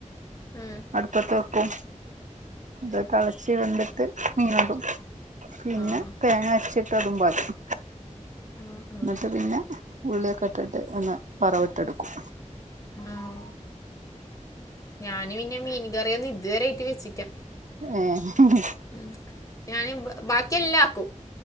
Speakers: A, on the left (about 25°); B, on the right (about 70°).
A: മ്
B: അടുപ്പത്ത് വെക്കും ത് തെ ളച്ച് വെന്തിട്ട് മീനാക്കും പിന്നെ
A: ആഹ്
B: തേങ്ങ അരച്ചിട്ട് അതും പാരും.
A: ആഹ് ആഹ്
B: ന്നിട്ട് പിന്നെ. ഉള്ളിയൊക്കെ ഇട്ടിട്ട് ഒന്ന് വറവിട്ടെടുക്കും.
A: ആഹ് ഞാന് പിന്നെ മീൻ കറിയൊന്നും ഇതുവരെ ആയിട്ട് വെച്ചില്ലാ.
B: ഏ ഹി
A: ഉ ഞാന് ബാക്കിയെല്ലാ ആക്കും.